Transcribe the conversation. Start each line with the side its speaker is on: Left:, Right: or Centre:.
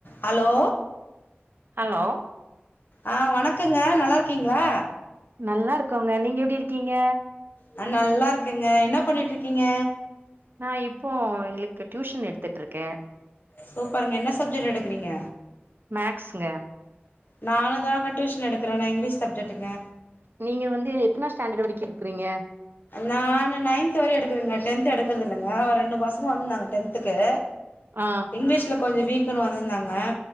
Left: ஹலோ
Right: ஹலோ
Left: ஆ வணக்கங்க நல்லாருக்கீங்ளா
Right: நல்லா இருக்கோங்க நீங்க எப்டி இருக்கீங்க
Left: ஆ நல்லா இருக்கேங்க என்ன பண்ணிட்ருக்கீங்க
Right: நா இப்போ எங்களுக்கு டியூஷன் எடுத்துட்ருக்கே
Left: சூப்பருங்க என்ன சப்ஜெக்ட் எடுக்குறீங்க
Right: மேக்ஸுங்க
Left: நானுந்தாங்க டியூசன் எடுக்கிறே நா இங்லீஷ் சப்ஜெக்டுங்க
Right: நீங்க வந்து எத்தனா ஸ்டாண்டர்ட் வரைக்கு எடுக்குறீங்க
Left: நானு நைன்த் வரையு எடுக்குறேங்க டென்த்து எடுக்குறதில்லங்க ஒரு ரெண்டு பசங்க வந்திருந்தாங்க டென்த்துக்கு
Right: ஆ
Left: இங்லீஷுல கொஞ்ச வீக்குன்னு வந்திருந்தாங்க